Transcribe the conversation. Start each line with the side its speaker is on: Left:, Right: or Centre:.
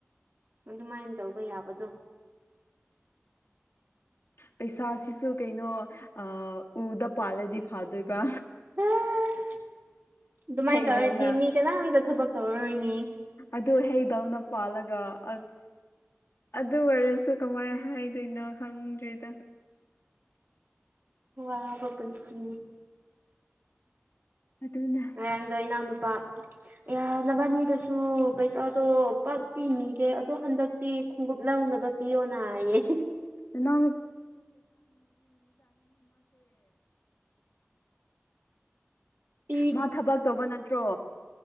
Right: ꯑꯗꯨꯃꯥꯏꯟ ꯇꯧꯕ ꯌꯥꯕꯗꯣ
Left: ꯄꯩꯁꯥꯁꯤꯁꯨ ꯀꯩꯅꯣ ꯑꯥ ꯎꯗ ꯄꯥꯜꯂꯗꯤ ꯐꯗꯣꯏꯕ
Right: ꯑꯥ ꯗꯨꯃꯥꯏꯟ
Left: ꯍꯩꯗꯧꯅ
Right: ꯇꯧꯔꯗꯤ ꯃꯤ ꯀꯅꯥꯝꯇ ꯊꯕꯛ ꯇꯧꯔꯔꯣꯏꯅꯤ
Left: ꯑꯗꯨ ꯍꯩꯗꯧꯅ ꯄꯥꯟꯂꯒ ꯑꯁ ꯑꯗꯨ ꯑꯣꯏꯔꯁꯨ ꯀꯃꯥꯏꯅ ꯍꯥꯏꯗꯣꯏꯅꯣ ꯈꯪꯗ꯭ꯔꯦꯗ
Right: ꯋꯥꯕ ꯄꯨꯟꯁꯤ ꯅꯤ
Left: ꯑꯗꯨꯅ
Right: <unintelligible> ꯏꯅꯥꯎꯅꯨꯄꯥ ꯑꯥꯌ ꯅꯕꯥꯟꯅꯤꯗꯁꯨ ꯄꯩꯁꯥꯗꯣ ꯄꯞꯇꯤ ꯅꯤꯒꯦ ꯑꯗꯣ ꯍꯟꯗꯛꯇꯤ ꯈꯣꯡꯎꯞ ꯂꯧꯅꯕ ꯄꯤꯌꯣꯅ ꯑꯌꯦ
Left: ꯅꯥ
Right: ꯄꯤ
Left: ꯃꯥ ꯊꯕꯛ ꯇꯧꯕ ꯅꯠꯇ꯭ꯔꯣ